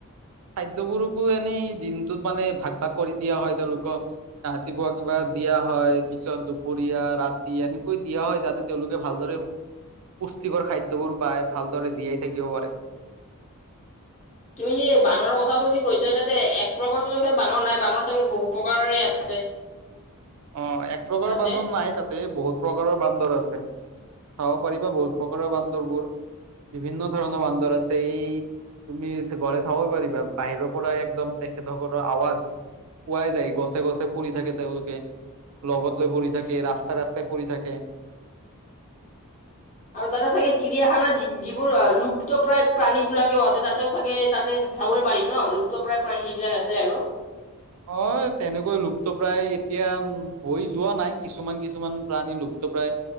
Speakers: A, on the right; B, on the left.
A: খাদ্যবোৰকো এনেই দিনটোত মানে ভাগ ভাগ কৰি দিয়া হয় তেওঁলোকক ৰাতিপুৱা কিবা দিয়া হয় পিছত দুপৰীয়া ৰাতি এনেকৈ দিয়া হয় যাতে তেওঁলোকে ভালদৰে পুষ্টিকৰ খাদ্যবোৰ পাই ভালদৰে জীয়াই থাকিব পাৰে
B: তুমি যে বান্দৰৰ কথাটো যদি কৈছিলা তাতে এক প্ৰকাৰটো বান্দৰ নাই বান্দৰ চাগে বহু প্ৰকাৰৰে আছে <unintelligible>
A: অ এক প্ৰকাৰৰ
B: তাতে।
A: বান্দৰ নাই তাতে বহুত প্ৰকাৰৰ বান্দৰ আছে চাব পাৰিবা বহুত প্ৰকাৰৰ বান্দৰবোৰ বিভিন্ন ধৰণৰ বান্দৰ আছে এই তুমি গলে চাবই পাৰিবা বাহিৰৰ পৰা একদম তেখেতসকলৰ আৱাজ পোৱাই যায় গছে গছে ফুৰি থাকে তেওঁলোকে লগত লৈ ভৰি
B: আচ্ছা,
A: থাকে ৰাস্তা ৰাস্তাই ফুৰি থাকে
B: আৰু তাতে চাগে চিৰিয়াখানা যি যিবোৰ লুপ্ত প্ৰায় প্ৰাণীবিলাকেও আছে তাতেও থাগে তাতে চাবলৈ পাৰিম ন লুপ্তৰ পৰা প্ৰাণী যিবিলাক আছে আৰু
A: অ তেনেকৈ লুপ্তপ্ৰায় এতিয়া হৈ যোৱা নাই কিছুমান কিছুমান প্ৰাণী লুপ্তপ্ৰায়